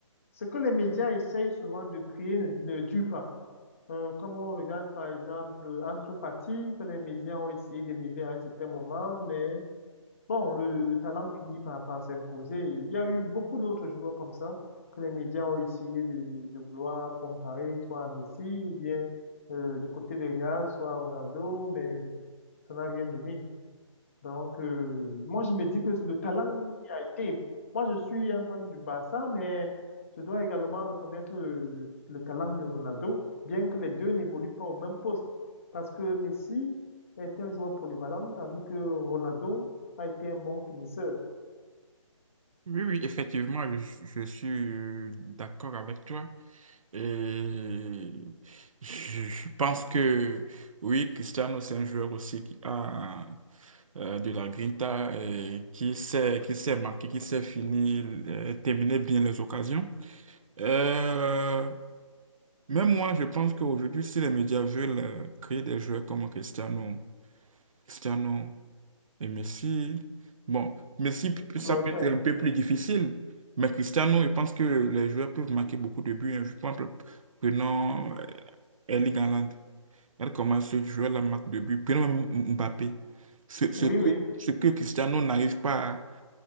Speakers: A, on the left; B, on the right.
A: ce que les médias essayent souvent de créer ne, ne dure pas. Euh, comme on regarde par exemple Ansu Fati, que les médias ont essayé d'élever à un certain moment, mais bon, le, le talent finit par, par s'imposer. Il y a eu beaucoup d'autres joueurs comme ça que les médias ont essayé de, de vouloir comparer, soit à Messi ou bien euh, du côté de Real, soit à Ronaldo, mais ça n'a rien donné. Donc, euh, moi, je me dis que le talent y a été. Moi, je suis un fan du Barça, mais je dois également reconnaître euh, le talent de Ronaldo, bien que les deux n'évoluent pas au même poste. Parce que Messi est un joueur polyvalent, tandis que Ronaldo a été un bon finisseur.
B: Oui, oui, effectivement, je, je suis d'accord avec toi et je je pense que oui, Cristiano, c'est un joueur aussi qui a euh, de la Grinta et qui sait, qui sait marquer, qui sait finir, euh, terminer bien les occasions. Euh, même moi, je pense qu'aujourd'hui, si les médias veulent euh, créer des joueurs comme Cristiano, Cristiano et Messi, bon, Messi, p-
A: Ils
B: p- ça
A: vont
B: peut
A: le faire.
B: être un peu plus difficile, mais Cristiano, je pense que les joueurs peuvent marquer beaucoup de buts. hein. Je pense, prenons euh, Erling Haaland. Regarde comment ce joueur la marque de but. Prenons même Mbappé. Ce, ce
A: Oui,
B: que,
A: oui,
B: ce que Cristiano n'arrive pas à-